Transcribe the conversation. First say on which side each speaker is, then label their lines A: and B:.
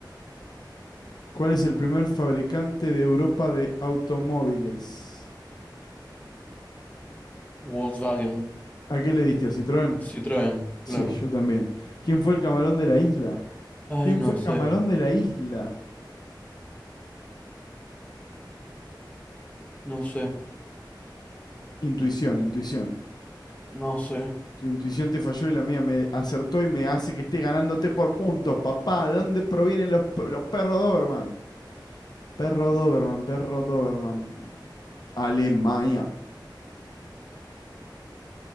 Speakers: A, on the left; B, on the left.
A: ¿Cuál es el primer fabricante de Europa de automóviles?
B: Volkswagen,
A: ¿A qué le diste? ¿A Citroën?
B: Citroën,
A: Sí,
B: claro.
A: yo también. ¿Quién fue el camarón de la isla?
B: Ay,
A: ¿Quién
B: no
A: fue el
B: sé,
A: camarón de la isla?
B: no sé,
A: Intuición, intuición.
B: no sé.
A: Tu intuición te falló y la mía me acertó y me hace que esté ganándote por puntos, papá. ¿De dónde provienen los, los perros Doberman? Perro Doberman, perro Doberman. Alemania.